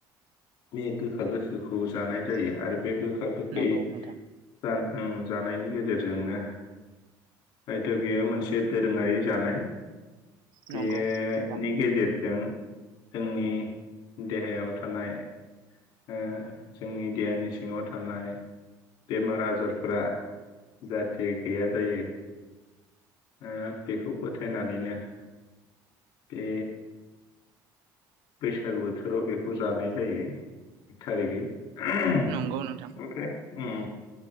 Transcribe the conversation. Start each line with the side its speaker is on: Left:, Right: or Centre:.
Left: बे गोखा गोखैखौ जानाय जायो आरो बे गोखा गोखै
Right: नंगौ नोंथां
Left: जा ओं जानायनि गेजेरजोंनो हयथ' बियो मोनसे दोरोङारि जानाय बेनि
Right: नंगौ नोंथां
Left: गेजेरजों जोंनि देहायाव थानाय ओ जोंनि देहानि सिङाव थानाय बेमार आजारफोरा जाहाथे गैया जायो ओ बेखौ फोथायनानैनो बे बैसागो बोथोराव बेखौ जानाय जायो एक थारिगै। <unintelligible>
Right: नंगौ नोंथां
Left: ओमफ्राय उम।